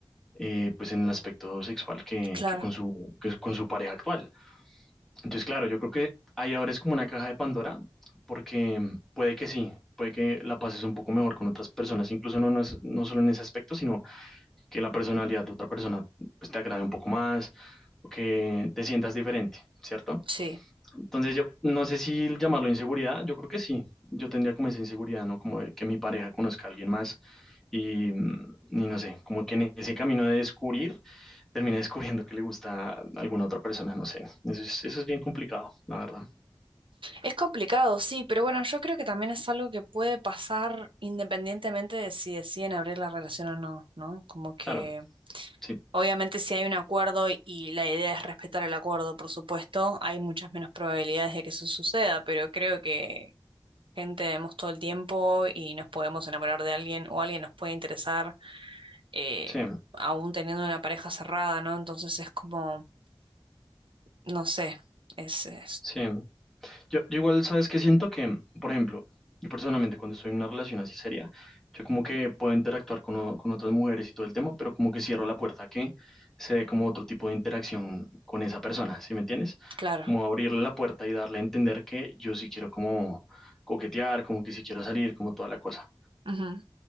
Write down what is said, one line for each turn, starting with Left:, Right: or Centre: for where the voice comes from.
Centre: eh, pues en el aspecto sexual que,
Right: claro,
Centre: que con su, que con su pareja actual. Entonces, claro, yo creo que ahí ahora es como una caja de Pandora, porque puede que sí. Puede que la pases un poco mejor con otras personas, incluso no, no, es- no solo en ese aspecto, sino que la personalidad de otra persona pues, te agrade un poco más o que te sientas diferente, ¿cierto?
Right: sí.
Centre: Entonces yo no sé si llamarlo inseguridad, yo creo que sí. Yo tendría como esa inseguridad, ¿no? Como de que mi pareja conozca a alguien más y, mm, y no sé, como que en ese camino de descubrir, termina <laughs> descubriendo que le gusta a alguna otra persona, no sé. Eso es, eso es bien complicado, la verdad.
Right: Es complicado, sí, pero bueno, yo creo que también es algo que puede pasar independientemente de si deciden abrir la relación o no, ¿no? Como que
Centre: Claro, sí,
Right: obviamente si hay un acuerdo y y la idea es respetar el acuerdo, por supuesto, hay muchas menos probabilidades de que eso suceda, pero creo que gente vemos todo el tiempo y nos podemos enamorar de alguien o alguien nos puede interesar. eh,
Centre: sí,
Right: aún teniendo una pareja cerrada, ¿no? Entonces es como, no sé, es, es-
Centre: sí. Yo, yo igual, ¿sabes qué siento? Que, por ejemplo, yo personalmente cuando estoy en una relación así seria, yo como que puedo interactuar con, o- con otras mujeres y todo el tema, pero como que cierro la puerta a que se dé como otro tipo de interacción con esa persona, ¿sí me entiendes?
Right: claro.
Centre: Como abrirle la puerta y darle a entender que yo sí quiero como coquetear, como que sí quiero salir, como toda la cosa.
Right: ujú.